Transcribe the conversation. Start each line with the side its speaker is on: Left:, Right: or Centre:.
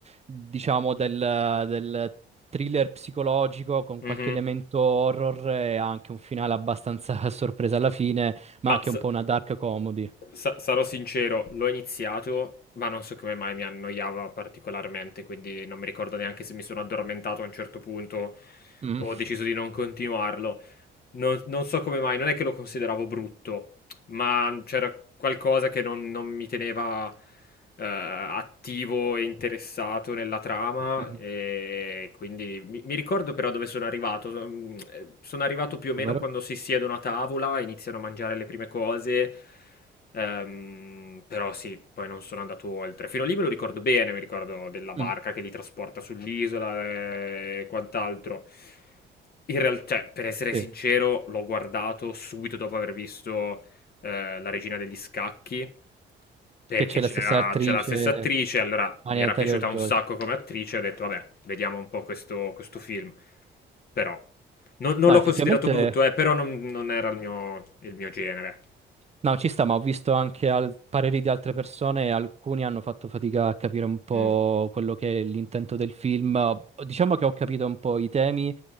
Right: diciamo, del, del thriller psicologico con
Left: Mhm.
Right: qualche elemento horror e anche un finale abbastanza <laughs> a sorpresa alla fine, ma
Left: Ma
Right: anche
Left: sa-
Right: un po' una dark comedy.
Left: sa- sarò sincero, l'ho iniziato, ma non so come mai mi annoiava particolarmente, quindi non mi ricordo neanche se mi sono addormentato a un certo punto
Right: Mm.
Left: o ho deciso di non continuarlo. Non, non so come mai, non è che lo consideravo brutto, ma c'era qualcosa che non, non mi teneva eh, attivo e interessato nella trama
Right: Mhm.
Left: e quindi mi, mi ricordo però dove sono arrivato. Mm, eh, Sono arrivato più o meno
Right: Vero?
Left: quando si siedono a tavola, iniziano a mangiare le prime cose. Ehm, però sì, poi non sono andato oltre. Fino a lì me lo ricordo bene, mi ricordo della barca
Right: Mm,
Left: che li trasporta sull'isola e quant'altro. In realtà, per essere
Right: sì.
Left: sincero, l'ho guardato subito dopo aver visto eh, La regina degli scacchi, perché
Right: Che c'è
Left: c'era,
Right: la stessa attrice,
Left: c'era la stessa attrice, allora
Right: Anya
Left: mi era
Right: Taylor-Joy.
Left: piaciuta un sacco come attrice, ho detto vabbè, vediamo un po' questo, questo film. Però, non, non
Right: No,
Left: l'ho
Right: effettivamente
Left: considerato brutto, eh, però non, non era il mio, il mio genere.
Right: No, ci sta, ma ho visto anche al- pareri di altre persone, e alcuni hanno fatto fatica a capire un po'
Left: Mm.
Right: quello che è l'intento del film. Diciamo che ho capito un po' i temi.